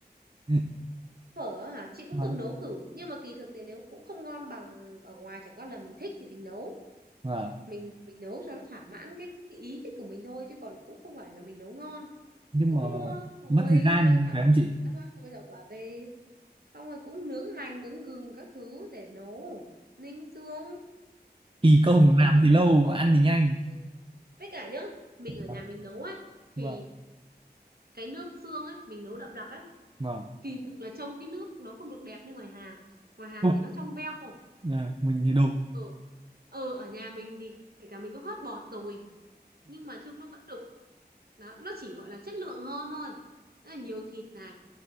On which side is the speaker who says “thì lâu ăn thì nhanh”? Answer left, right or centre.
Right